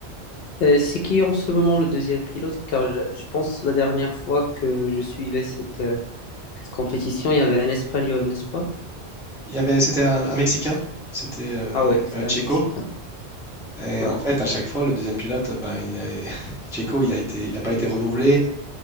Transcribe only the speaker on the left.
Euh, c'est qui en ce moment le deuxième pilote? Car je, je pense la dernière fois que je suivais cette, euh, cette compétition, il y avait un Espagnol, n'est-ce pas?
Ah ouais, c'était
un Mexicain.
Ouais.